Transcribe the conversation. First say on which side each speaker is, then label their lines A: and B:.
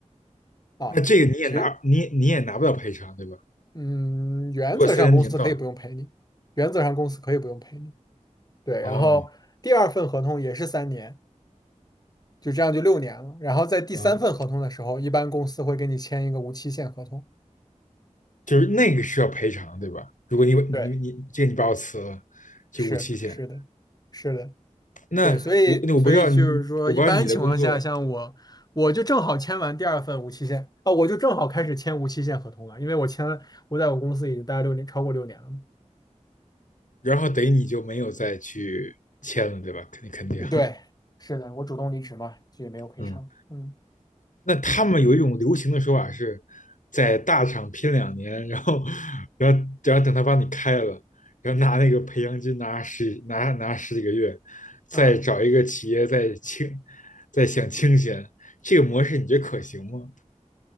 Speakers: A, on the left (about 30°); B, on the left (about 80°).
A: 啊。
B: 那这个你也拿你也你也拿不到赔偿，
A: 其实，
B: 对吧？
A: 嗯，原则上公司可以不用赔你，
B: 如果三年已经到了，
A: 原则上公司可以不用赔你。对，然后第二份合同也是三年，
B: 哦。
A: 就这样就六年了。然后在第三份合同的时候，
B: 嗯，
A: 一般公司会跟你签一个无期限合同。
B: 就是那个是要赔偿，对吧？如果你你你这个你把我辞了，
A: 对，
B: 就无期限。
A: 是是的，是的，
B: 那我那我不知道你，
A: 对，所以所以就是说，
B: 我不知道你的工作，
A: 一般情况下，像我，我就正好签完第二份无期限啊，我就正好开始签无期限合同了，因为我签了，我在我公司已经待了六年，超过六年了嘛。
B: 然后等于你就没有再去签了，对吧？肯定肯定，
A: 对，是的，我主动离职嘛，就也没有赔偿。
B: 嗯。
A: 嗯
B: 那他们有一种流行的说法是，在大厂拼两年，然后然后然后等他把你开了，然后拿那个培养金拿十拿拿十几个月，再找一个企业再清再享清闲，
A: 嗯。
B: 这个模式你觉得可行吗？